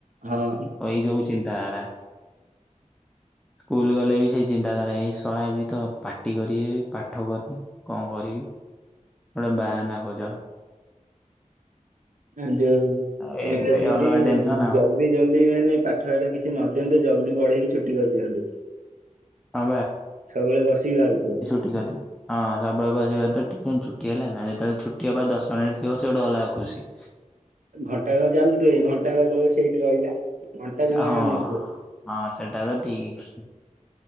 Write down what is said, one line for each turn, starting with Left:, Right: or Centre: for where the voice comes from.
Right: ହଁ।
Centre: ଏଇସବୁ ଚିନ୍ତାଧାରା। ସ୍କୁଲ ଗଲେ ବି ସେଇ ଚିନ୍ତାଧାରା। ଏଇ ଶଳା ଆଜି ତ ପାଟିକରିବେ ପାଠକରିନି। କଣ କରିବି ଗୋଟେ ବାହାନା କରିଦେବା।
Right: ଆ ଯଉ।
Centre: ଆଉ ଏବେ
Right: ନୀତିରୀତି
Centre: ଅଲଗା ଟେନସନ
Right: ଯାଉ।
Centre: ଆଉ।
Right: ଜଲଦି ଜଲଦି ମାନେ ପାଠ ଫାଟ କିଛି ନ ଦିଅନ୍ତୁ ଜଲ୍ଦି ପଢେଇକି ଛୁଟି କରିଦିଅନ୍ତୁ।
Centre: ହଁ
Right: ସବୁବେଳେ ବସିକି ଭାବୁଥିବ।
Centre: ହେଲା। ହଁ ସବୁବେଳେ ବସି ଭାବୁଥିବ ଛୁଟି ହେଲା। ଟିକେ ଛୁଟି ହେଲେ। ଯେତେବେଳେ ଛୁଟି ହେବା ଦଶ ମିନିଟ ଥିବ ସେ ଗୋଟେ ଅଲଗା ଖୁସି।
Right: ଘଣ୍ଟା କଣ ଚାଲୁଥିବ କି ଘଣ୍ଟାପା। ସେଇଠି ରହିଲା। ଘଣ୍ଟା ଜମା
Centre: ହଁ
Right: ଯାଉନଥିବ
Centre: ହଁ ସେଟା ତ ଠିକ।